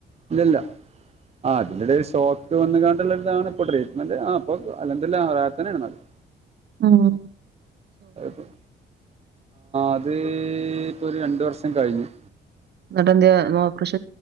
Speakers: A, on the right; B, on the right.
A: ഇല്ലല്ല- ആഹ് അതിന്റെ ഷോക്ക് വന്ന കാണ്ടുള്ളതാണ് ഇപ്പൊ ട്രീറ്റ്മെന്റ് ആഹ് ഇപ്പ അൽഹംദുല്ലാ പ്രാർത്തന്നെയാണ് അത്-
B: ആന്നോ-
A: ആഹ് അത് ഇപ്പ ഒരു രണ്ട് വർഷം കഴിഞ്ഞു-
B: എന്നിട്ടെന്തിനാ ഓപ്പറ്ഷൻ-